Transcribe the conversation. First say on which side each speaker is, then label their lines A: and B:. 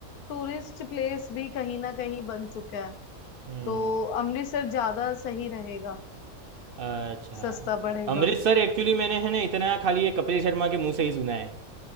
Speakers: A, on the left; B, on the right.
A: टूरिस्ट प्लेस भी कहीं ना कहीं बन चुका है
B: हम्म
A: तो अमृतसर ज्यादा सही रहेगा
B: अच्छा
A: सस्ता पड़ेगा
B: अमृतसर एक्चुअली मैंने है ना इतना खाली ये कपिल शर्मा के मुंह से ही सुना है